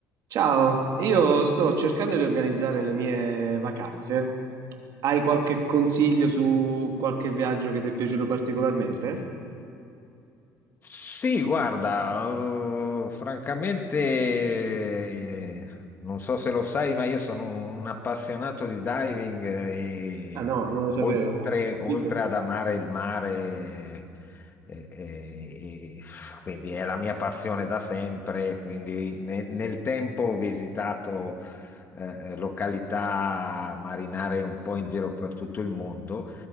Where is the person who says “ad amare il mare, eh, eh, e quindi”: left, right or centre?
Left